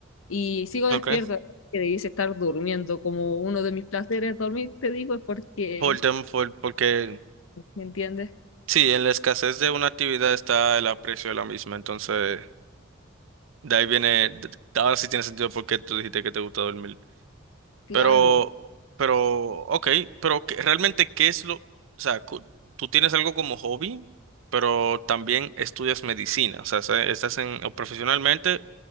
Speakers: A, on the left; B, on the right.
A: y sigo despierto,
B: Ok.
A: que debiese estar durmiendo. Como uno de mis placeres dormir, te digo, es porque...
B: Por, tem- por, porque
A: ¿Me entiendes?
B: Sí, en la escasez de una actividad está el aprecio de la misma, entonces de ahí viene, d- ahora sí tiene sentido porque tú dijiste que te gusta dormir.
A: Claro.
B: Pero, pero, ok, pero ¿qué- realmente ¿qué es lo, o sea, cu- tú tienes algo como hobby, pero también estudias medicina, o sea, se- estás en, o profesionalmente